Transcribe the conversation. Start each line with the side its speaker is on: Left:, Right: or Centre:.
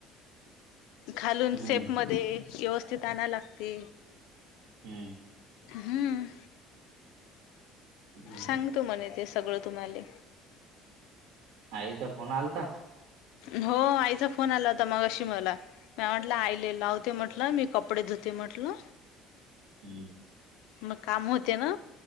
Left: घालून
Right: हं.
Left: सेप मध्ये व्यवस्थित आणा लागते.
Right: हम्.
Left: हम्म
Right: हं.
Left: सांगतो मणे ते सगळं तुम्हाला.
Right: आईचा फन आलता
Left: हो आईचा फोन आलावता होता मगाशी मला. म्या म्हटलं आईले लावते म्हटलं मी कपडे धुते म्हटल
Right: हम्म.
Left: मग काम होते ना